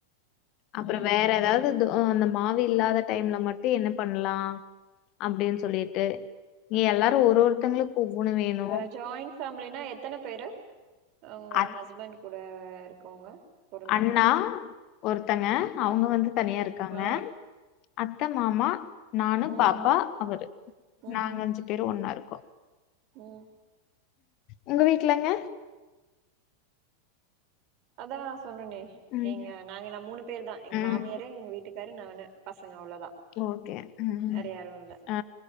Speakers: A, on the left; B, on the right.
A: அப்றம்
B: ம் ம்
A: வேற எதாது தோ அந்த மாவே இல்லாத டைம்ல மட்டு என்ன பண்லா அப்டின் சொல்லிட்டு இங்க எல்லாரு ஒரு ஒருத்தங்களுக்கு ஒவ்வொன்னு வேணு
B: அ ஜாயிண்ட் ஃபேமிலினா எத்தன பேரு ஒங்க
A: அத்
B: ஹஸ்பண்ட் கூட இருக்கவங்க பொறந்தவங்க
A: அண்ணா ஒருத்தங்க அவங்க வந்து தனியாருக்காங்க
B: ஆ
A: அத்த மாமா நானு
B: ஆ ம்
A: பாப்பா அவரு
B: ம்
A: நாங்க அஞ்சு பேரு ஒன்னாருக்
B: ம்
A: உங்க வீட்லங்க
B: அதா சொன்னனே
A: ம்
B: நீங்க நாங்க மூணு பேர் தா எங்க
A: ம்
B: மாமியாரு எங்க வீட்டுக்காரு நானு <inaudible> அவ்ளதா
A: ஓகே. ம்.
B: வேற யாரு இல்ல
A: ஆ